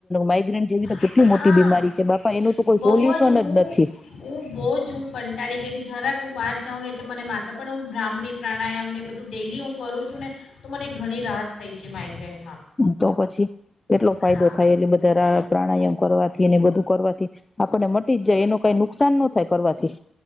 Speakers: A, on the left; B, on the left.
A: માઇગ્રેન જેવી તો
B: હા
A: કેટલી
B: હા
A: મોટી બીમારી છે બાપા એનું તો કોઈ
B: બહુ
A: સોલ્યુશન
B: હું
A: જ નથી
B: હું બહુ જ હું કંટાળી ગઈ હતી જરાક હું બહાર જાઉં ને એટલે મને માથા પણ હું બ્રાહ્મણી પ્રાણાયામને બધું ડેલી હું કરું છું ને તો મને ઘણી રાહત થઈ છે માઇગ્રેન્
A: તો પછી કેટલો ફાયદો
B: હા
A: થાય એલે બધા પ્રાણાયામ કરવાથી ને બધું કરવાથી આપણને મટી જ જાય એનું કઈ નુકસાન નો થાય કરવાથી